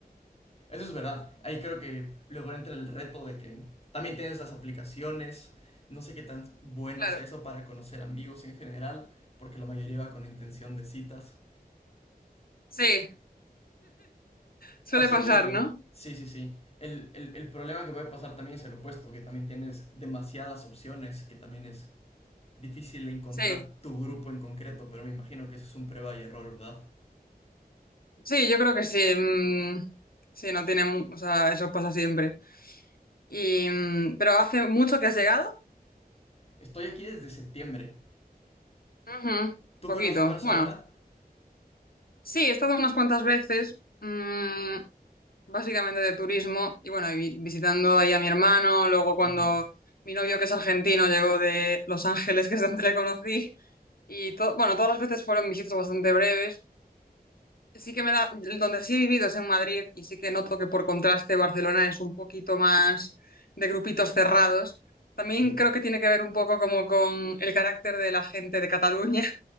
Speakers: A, on the left; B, on the left.
A: Eso es verdad. Ahí creo que luego entra el reto de que también tienes las aplicaciones. No sé qué tan bueno
B: Claro,
A: es eso para conocer amigos en general, porque la mayoría va con intención de citas.
B: sí, suele
A: Así
B: pasar,
A: que,
B: ¿no?
A: sí, sí, sí. El, el, el problema que puede pasar también es el opuesto, que también tienes demasiadas opciones, que también es difícil encontrar
B: Sí,
A: tu grupo en concreto, pero me imagino que eso es un prueba y error, ¿verdad?
B: sí, yo creo que sí. mm, sí, no tiene, mu- o sea, eso pasa siempre. Y, mm, pero hace mucho que has llegado.
A: Estoy aquí desde septiembre.
B: Ujú,
A: ¿Tú
B: poquito.
A: conoces Barcelona?
B: Bueno, sí, he estado unas cuantas veces, mm, básicamente de turismo, y bueno, y vi- visitando ahí a mi hermano, luego cuando
A: Ujú,
B: mi novio, que es argentino, llegó de Los Ángeles, que es donde le conocí, y todo, bueno, todas las veces fueron visitas bastante breves, Sí que me da, donde sí he vivido es en Madrid y sí que noto que por contraste Barcelona es un poquito más de grupitos cerrados. También
A: Sí.
B: creo que tiene que ver un poco como con el carácter de la gente de Cataluña